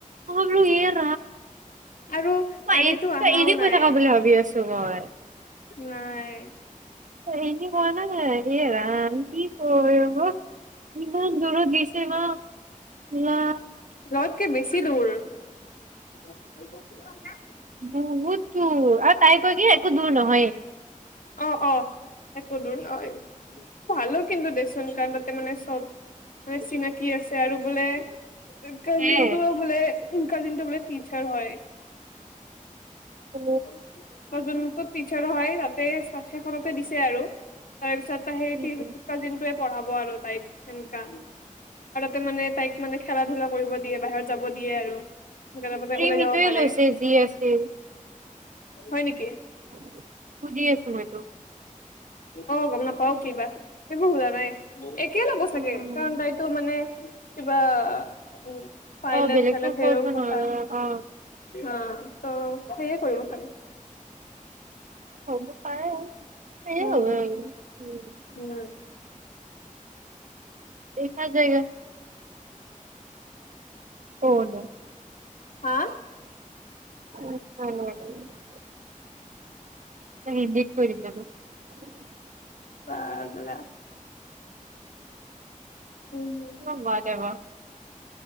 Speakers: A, on the right; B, on the left.
A: মই বলো ইয়াৰ
B: আৰু
A: এ,
B: আজিতো আহাও
A: তই এনেকৈ
B: নাই
A: থাকা বুলি ভাবি আছো মই।
B: নাই।
A: এনি কৰা নাই <unintelligible> অ' কি ক ইমান দূৰ দিছেে ম! না
B: লকে বেছি কি দূৰ? <unintelligible>
A: বুহুত দূৰ। আৰু তাই কই কি একো দূৰ নহয়েই।
B: অ', অ'। একো দূৰ নয় <inaudible> ভালো কিন্তু দেচোন কাৰণ তাতে মানে চব মানে চিনাকি আছে আৰু বোলে কাজিন
A: হে
B: টো বোলে, কাজিন টো বোলে টিচাৰ হয়। <inaudible>
A: অ
B: কাজনটো টিচাৰ হয়। তাতে সেইখনতে দিছে আৰু, তাৰ পিছতে সেই
A: উ
B: কাজিনটোয়ে পঢ়াব আৰু। পাইপ সেনকা ঘৰতে মানে তাইক মানে খেলা ধূলা কৰিব দিয়ে বাহিৰত যাব দিয়ে আৰু। সেনেকে তাতে
A: ক্ৰীম
B: ওলাই
A: সিটোয়ে
B: যাব পাৰে
A: লৈছে যি আছে।
B: হয় নেকি?
A: <unintelligible> <unintelligible>
B: অ', গম নাপাওঁ কি বা? একো শুনা নাই। কে ল'ব চাগে
A: উম,
B: কাৰণ তাইতো মানে, কিবা উম। পাইলেট
A: অ বেলেগতো
B: চাইলেট
A: কৰিব
B: হেও কথা।
A: নোৱাৰে অ
B: অ'। ত সেয়ে কৰিব চাগে।
A: <unintelligible> পাৰে। <unintelligible>
B: উম উম
A: দেখা যায়েগা। অ', ন
B: হা?
A: <unintelligible> <unintelligible>
B: <unintelligible> উম
A: <unintelligible>